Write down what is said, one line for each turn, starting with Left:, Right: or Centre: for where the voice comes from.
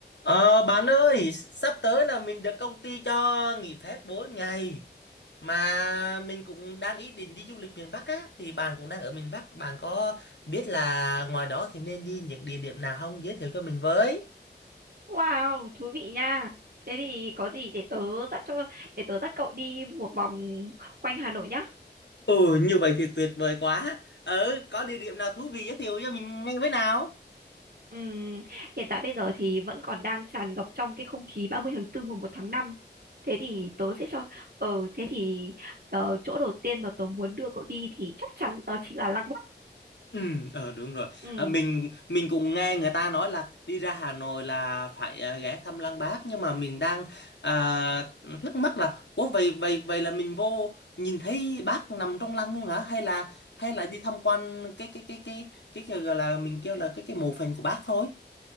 Left: Ờ, bạn ơi, sắp tới là mình được công ty cho nghỉ phép 4 ngày mà mình cũng đang ý định đi du lịch miền Bắc á thì bạn cũng đang ở miền Bắc, bạn có biết là ngoài đó thì nên đi những địa điểm nào không giới thiệu cho mình với?
Right: Wow, thú vị nha. Thế thì có gì để tớ dắt cho để tớ dắt cậu đi một vòng quanh Hà Nội nhá.
Left: Ừ, như vậy thì tuyệt vời quá. Ờ, có địa điểm nào thú vị giới thiệu cho mình ngay với nào?
Right: Ừm, hiện tại bây giờ thì vẫn còn đang tràn ngập trong cái không khí 30 tháng tư mùng một tháng 5. Thế thì tớ sẽ cho ờ thế thì ờ, chỗ đầu tiên mà tớ muốn đưa cậu đi thì chắc chắn đó chính là Lăng Bác.
Left: Ừ, ờ, đúng rồi.
Right: Ừm.
Left: À, mình mình cũng nghe người ta nói là đi ra Hà Nội là phải à, ghé thăm Lăng Bác nhưng mà mình đang à, thắc mắc là ủa vậy vậy vậy là mình vô nhìn thấy bác nằm trong lăng luôn hả hay là hay là đi tham quan cái cái cái cái cái, cái gọi là mình kêu là cái cái mộ phần của bác thôi.